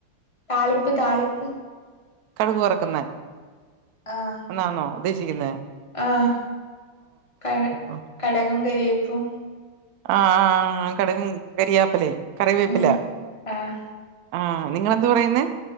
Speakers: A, on the left; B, on the right.
A: താളിപ്പ് താളിപ്പ്
B: കടുക് വറക്കുന്നെ
A: ആഹ്
B: എന്നാന്നോ ഉദ്ദേശിക്കുന്നേ
A: ആഹ് ക
B: ഓഹ്
A: കടകും കരിയേപ്പും
B: ആഹ് ആഹ് കട്കും കരിയാപ്പിലേം കറിവേപ്പില
A: ഉം ആഹ്
B: ആഹ് നിങ്ങളെന്ത് പറയുന്ന്